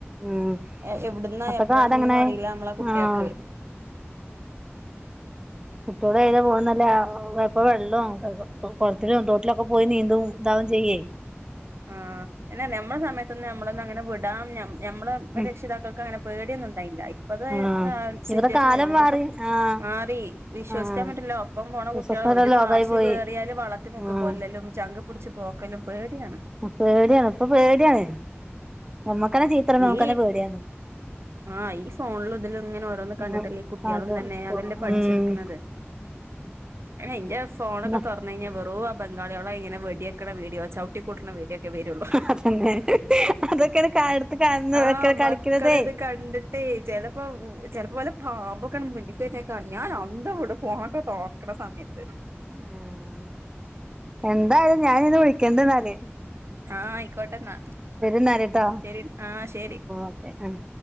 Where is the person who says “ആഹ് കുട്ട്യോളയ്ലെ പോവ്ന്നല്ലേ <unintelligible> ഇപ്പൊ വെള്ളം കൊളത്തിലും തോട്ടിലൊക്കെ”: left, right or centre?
Right